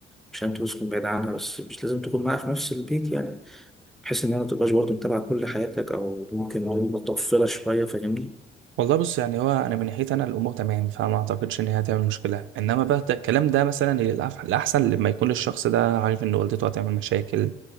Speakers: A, in the centre; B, on the right (about 80°).
A: مش لازم تسكن بعيد عنها بس مش لازم تكون معاها في نفس البيت يعني بحيث انها ما تبقاش برضه متابعة كل حياتك او ممكن نقول مطفلة شوية فاهمني
B: والله بص يعني هو انا من ناحيتي انا الامور تمام فما اعتقدش ان هي هتعمل مشكله انما بقى ده الكلام ده مثلا الأح- الاحسن لما يكون الشخص ده عارف ان والدته هتعمل مشاكل